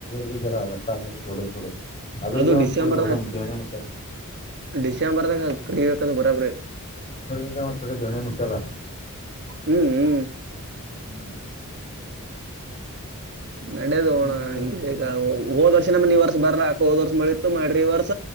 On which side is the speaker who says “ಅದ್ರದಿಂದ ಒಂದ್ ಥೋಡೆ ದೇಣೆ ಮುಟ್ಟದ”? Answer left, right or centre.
Left